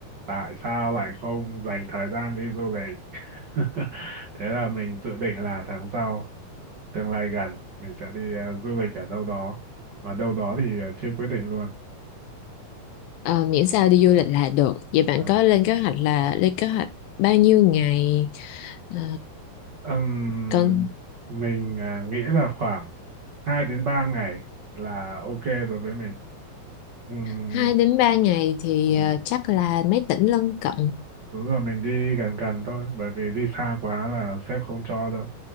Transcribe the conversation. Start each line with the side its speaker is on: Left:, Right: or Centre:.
Right: tại sao lại không dành thời gian đi du lịch <laughs> thế là mình dự định là tháng sau tương lai gần mình sẽ đi ờ, du lịch ở đâu đó mà đâu đó thì ờ, chưa quyết định luôn
Left: ờ, miễn sao đi du lịch là được vậy bạn
Right: À,
Left: có lên kế hoạch là lên kế hoạch bao nhiêu ngày Ờ,
Right: ừm,
Left: còn
Right: mình ờ, nghĩ là khoảng 2 đến 3 ngày là ok đối với mình Ừm,
Left: 2 đến 3 ngày thì
Right: ừm,
Left: ờ, chắc là mấy tỉnh lân cận
Right: đúng rồi mình đi gần gần thôi bởi vì đi xa quá là sếp không cho đâu